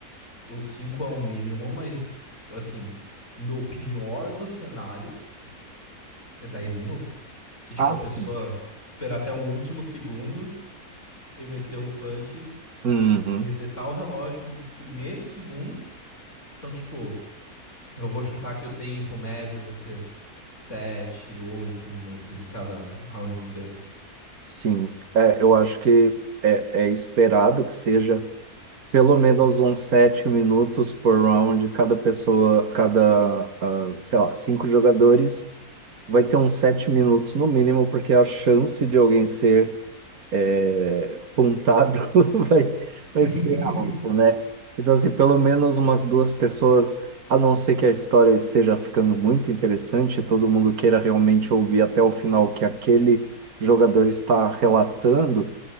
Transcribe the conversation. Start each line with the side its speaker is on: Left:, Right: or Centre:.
Left: o 5 é o mínimo, mas assim, no pior dos cenários, é 10 minutos. Se tipo
Right: assim.
Left: a pessoa esperar até o último segundo e meter um punch,
Right: Uhum,
Left: resetar o relógio do primeiro segundo. Então, tipo, eu vou chutar que o tempo médio vai ser sete, oito minutos de cada round inteiro.
Right: sim, É, eu acho que é, é esperado que seja pelo menos uns sete minutos por round, cada pessoa, cada, ah, sei lá, cinco jogadores vai ter uns sete minutos no mínimo, porque a chance de alguém ser é, pontado <laughs> vai, vai
Left: <laughs>
Right: ser alto, né? Então, assim, pelo menos umas duas pessoas, a não ser que a história esteja ficando muito interessante, e todo mundo queira realmente ouvir até o final o que aquele jogador está relatando,